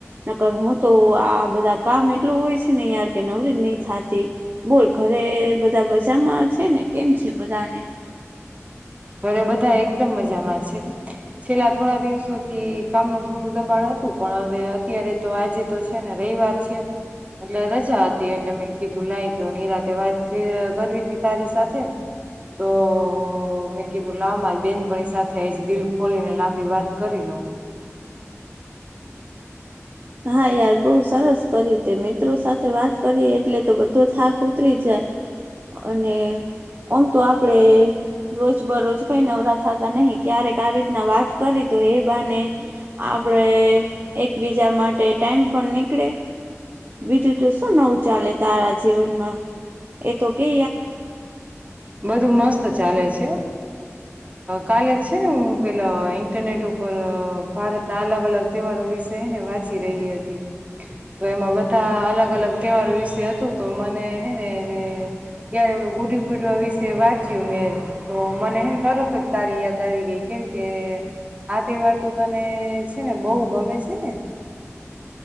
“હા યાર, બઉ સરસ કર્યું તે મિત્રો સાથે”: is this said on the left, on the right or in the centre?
Right